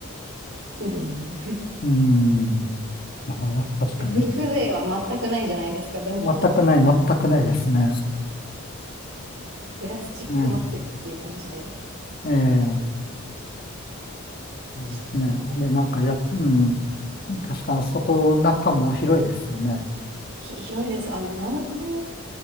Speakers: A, on the right; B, on the left.
A: うん。
B: うん。ああ、確かに。
A: なんかふ風情は全くないじゃないですか、ドン・キホーテ。
B: 全くない、全くないですね。
A: プラスチック祭りっていう感じで。
B: ね。ええいいですね。
A: でしたね。
B: で、なんかや、うん。確かあそこ中も広いですよね。
A: ひ、広いです。あの、何階、